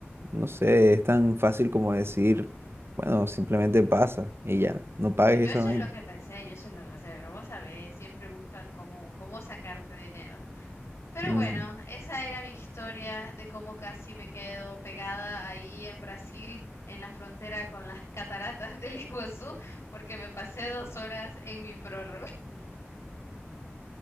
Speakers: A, on the right; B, on the left.
A: no sé, es tan fácil como decir, bueno, simplemente pasa y ya, no pagues
B: Pues yo
A: esa
B: eso
A: vaina.
B: es lo que pensé, yo eso es lo que pensé, pero vos sabés, siempre buscan cómo, cómo sacarte dinero. Pero
A: Ujú.
B: bueno, esa era mi historia de cómo casi me quedo pegada ahí en Brasil, en la frontera con las cataratas del <laughs> Iguazú, porque me pasé dos horas en mi prórroga. <laughs>